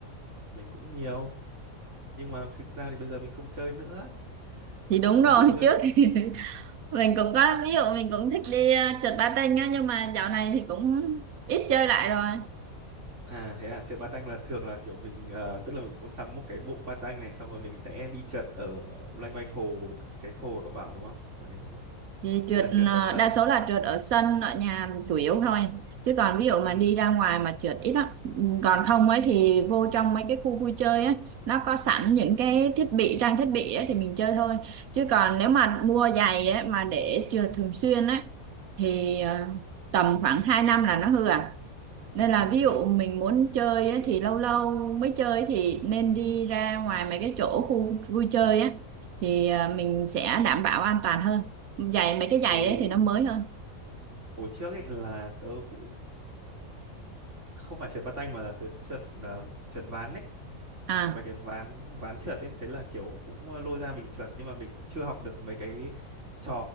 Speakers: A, on the right (about 55°); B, on the right (about 75°).
A: mình cũng nhiều nhưng mà thực ra thì bây giờ mình không chơi nữa
B: <laughs> Thì đúng
A: ví
B: rồi,
A: dụ như
B: trước thì <laughs> mình cũng có ví dụ mình cũng thích đi ờ, trượt patin á nhưng mà dạo này thì cũng ít chơi lại rồi.
A: à thế à trượt patin là thường là kiểu mình ờ, tức là mình cũng sắm một cái bộ patin này xong rồi mình sẽ đi trượt ở loanh quanh hồ cái, cái hồ mà cậu bảo đúng không kiểu thế đúng không
B: Thì
A: hay
B: trượt
A: là trượt
B: ờ,
A: ở sân
B: đa số là trượt ở sân ở nhà chủ yếu thôi chứ còn ví dụ mà
A: ừ
B: đi ra ngoài mà trượt ít lắm Ừ, còn không ấy thì vô trong mấy cái khu vui chơi ấy nó có sẵn những cái thiết bị trang thiết bị ấy thì mình chơi thôi chứ còn nếu mà mua giày ấy mà để trượt thường xuyên ấy thì ờ, tầm khoảng 2 năm là nó hư à nên
A: ừ
B: là ví dụ mình muốn chơi á, thì lâu lâu mới chơi thì nên đi ra ngoài mấy cái chỗ khu vui chơi á thì à,
A: ừ
B: mình sẽ đảm bảo an toàn hơn. Giày mấy cái giày
A: hồi
B: ấy thì nó mới hơn.
A: hồi trước ấy là tớ cũng không phải trượt patin mà là trượt trượt là trượt ván ấy
B: À,
A: có mấy cái ván ván trượt ấy thế là kiểu cũng ờ, lôi ra mình trượt nhưng mà mình cũng chưa học được mấy cái trò